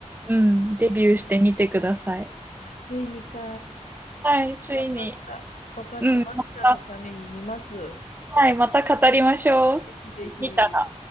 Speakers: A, on the right (about 15°); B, on the left (about 80°).
A: うん、デビューしてみてください。
B: あついにか。
A: はい、ついに。
B: わかった。わかった。
A: うん、
B: マルさんのために見ます。
A: また、はい、また語りましょう。
B: ぜひぜひ。
A: 見た